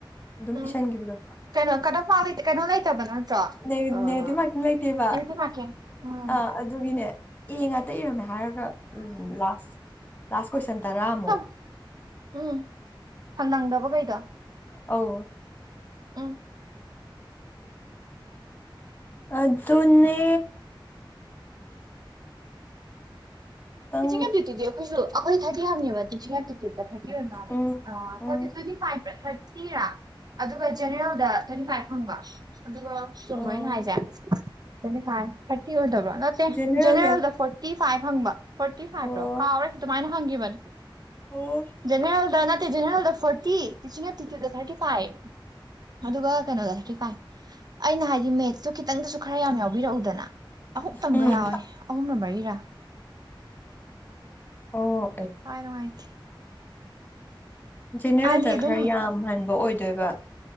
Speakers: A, on the left; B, on the right.
A: ꯑꯗꯨꯝ
B: ꯎꯝ
A: ꯏꯁꯁꯟꯈꯤꯕꯗꯣ
B: ꯀꯩꯅꯣ ꯀꯠ ꯑꯣꯐ ꯃꯥꯛ ꯂꯩ ꯀꯩꯅꯣ ꯂꯩꯇꯕ ꯅꯠꯇ꯭ꯔꯣ ꯑꯥ
A: ꯅꯦ ꯅꯦꯒꯦꯇꯤꯞ ꯃꯥꯛꯇꯤ ꯂꯩꯇꯦꯕ
B: ꯅꯦꯒꯦꯇꯤꯞ ꯃꯥꯔꯀꯤꯡ ꯎꯝ
A: ꯑꯥ ꯑꯗꯨꯒꯤꯅꯦ ꯑꯦ ꯉꯥꯛꯇ ꯏꯔꯝꯃꯦ ꯍꯥꯏꯔꯒ ꯎ ꯂꯥꯁ ꯂꯥꯁ ꯀꯣꯏꯁꯟ ꯇꯔꯥꯃꯨꯛ
B: ꯪ ꯎꯝꯪ ꯅꯪꯗꯕ ꯀꯩꯗꯣ <inaudible>
A: ꯑꯧ
B: ꯎꯝ
A: ꯑꯗꯨꯅꯦ ꯈꯤꯇꯪ
B: ꯇꯤꯆꯤꯡꯉꯇꯤꯇꯤꯗꯤ ꯑꯩꯈꯣꯏꯁꯨ ꯑꯩꯈꯣꯏ ꯊꯗꯤ ꯍꯥꯝꯅꯤꯕ ꯇꯤꯡ ꯍꯥꯞꯇꯤ ꯊꯔꯇꯤ ꯑꯣꯏ ꯃꯥꯂꯦ
A: ꯎꯝ
B: ꯑꯥ
A: ꯎꯝ
B: ꯇꯋꯤꯟꯇꯤ ꯐꯥꯚꯏ ꯇꯤꯔꯥ ꯑꯗꯨꯒ ꯖꯦꯅꯔꯦꯜꯗ ꯊꯔꯇꯤ ꯐꯥꯏꯚ ꯐꯪꯕ ꯑꯗꯨꯒ ꯁꯨꯝ
A: ꯑꯣ
B: ꯂꯣꯏꯅ ꯍꯥꯏꯁꯦ ꯇ꯭ꯋꯦꯟꯇꯤ ꯐꯥꯏꯚ ꯊꯥꯔꯇꯤ ꯑꯣꯏꯗꯕ꯭ꯔꯣ ꯅꯠꯇꯦ
A: ꯖꯦꯅꯔꯦꯜꯗ
B: ꯖꯦꯅꯦꯔꯦꯜꯗ ꯐꯣꯔꯇꯤ ꯐꯥꯏꯚ ꯍꯪꯕ ꯐꯣꯔꯇꯤ ꯐꯥꯏꯚꯔꯣ
A: ꯑꯣ
B: ꯀꯥꯎꯔꯦ ꯑꯗꯨꯃꯥꯏꯅ ꯍꯪꯈꯤꯕꯅꯤ
A: ꯑꯣ
B: ꯖꯦꯔꯦꯜꯗ ꯅꯠꯇꯦ ꯖꯦꯅꯦꯔꯦꯜꯗ ꯐꯣꯔꯇꯤ ꯇꯤꯆꯤꯡ ꯇꯤꯆꯔꯗ ꯊꯥꯔꯇꯤ ꯐꯥꯏꯚ ꯑꯗꯨꯒ ꯀꯩꯅꯣꯗ ꯊꯥꯔꯇꯤ ꯐꯥꯏ ꯑꯩꯅ ꯍꯥꯏꯗꯤ ꯃꯦꯠꯁꯇꯣ ꯈꯤꯇꯪꯗꯁꯨ ꯈꯔ ꯌꯥꯝ ꯌꯥꯎꯕꯤꯔꯛꯎꯗꯅ ꯑꯍꯨꯛꯇꯪꯒ
A: ꯎꯝ
B: ꯌꯥꯎꯋꯏ ꯑꯍꯨꯝꯅ ꯃꯔꯤꯔꯥ
A: ꯑꯣ ꯑꯦ
B: ꯄꯔꯝꯥꯏꯇꯦ
A: ꯖꯦꯅꯦꯔꯦꯜꯗ
B: ꯍꯥꯏꯗꯤ ꯑꯗꯨꯝ
A: ꯈꯔ ꯌꯥꯝ ꯍꯟꯕ ꯑꯣꯏꯗꯣꯏꯕ